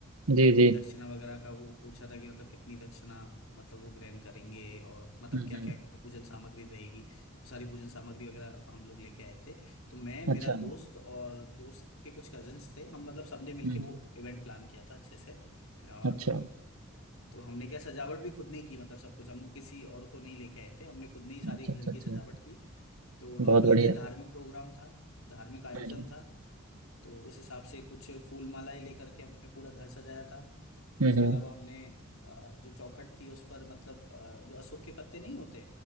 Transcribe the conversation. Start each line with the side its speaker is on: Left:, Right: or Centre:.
Right: जी
Left: उनकी
Right: जी
Left: दक्षिणा वगैरह का वो पूछा था कि मतलब कितनी दक्षिणा मतलब वो ग्रहण करेंगे और मतलब
Right: हम्म
Left: क्या
Right: हम्म
Left: क्या पूजन सामग्री रहेगी तो सारी पूजन सामग्री वगैरह हम लोग लेके आए थे तो मैं
Right: अच्छा
Left: मेरा दोस्त और दोस्त के कुछ कजिन्स थे हम मतलब सबने मिलके
Right: हम्म
Left: वो इवेंट प्लान किया था अच्छे से और
Right: अच्छा
Left: तो हमने क्या सजावट भी खुद ने ही की मतलब सब कुछ हम किसी और को नहीं लेके आए थे हमने खुद ने ही सारी
Right: अच्छा
Left: घर
Right: अच्छा
Left: की
Right: अच्छा
Left: सजावट की तो नॉर्मली
Right: बहुत बढ़िया
Left: क्या धार्मिक प्रोग्राम था धार्मिक आयोजन
Right: हम्म
Left: था तो उस हिसाब से कुछ फूल मालाएं लेकर के हमने पूरा घर सजाया था
Right: हम्म
Left: उसके
Right: हम्म,
Left: अलावा हमने अ, जो चौखट थी उस पर मतलब अ, जो अशोक के पत्ते नहीं होते